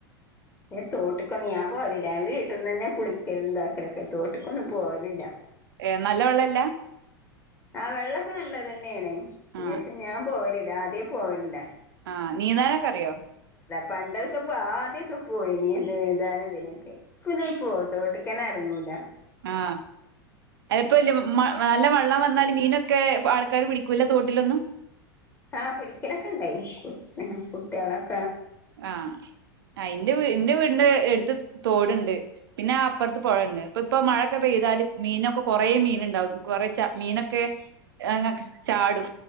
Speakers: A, on the left (about 20°); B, on the right (about 70°).
A: ഏ തോട്ട്ക്കൊന്നും ഞാൻ പോവലില്ല ഞാൻ വീട്ടിന്നനെ കുളിക്കലുതാക്കലൊക്കെ തോട്ട്ക്കൊന്നും പോവലില്ല
B: എ നല്ല വെള്ള ല്ല
A: ആ വെള്ളൊക്കെ നല്ലതെന്നെണ്
B: ആ
A: യെസ് ഞാൻ പോവലില്ല ആ ദ്യേ പോവലില്ല
B: ആ നീന്താനൊക്കെ അറിയോ
A: പണ്ടെക്കെ ആദ്യൊക്കെ പോയിനി നീന്താന് ഇതിനൊക്കെ ഇപ്പ ഞാ പോവ തോട്ട്ക് കനറങ്ങൂല
B: ആ അലപ്പല്ല നല്ല വെള്ളം വന്നാല് മീനൊക്കെ ആൾക്കാാര് പിടിക്കൂല്ല തോട്ടിലൊന്നും
A: ആ പിടിക്കലൊക്കെ ഇണ്ടായി കു കുട്ടികളൊക്കെ
B: ആ ആ എന്റെ എന്റെ വീടിന്റെ എടുത്ത് തോടുണ്ട് പിന്നെ അപ്പർത്ത് പൊഴേണ്ട് അപ്പൊ ഇപ്പൊ മഴക്കെ പെയ്താല് മീനൊക്കെ കുറേ മീൻ ഇണ്ടാവും കുറ ച മീനൊക്കെ ങ്ങ ചാടും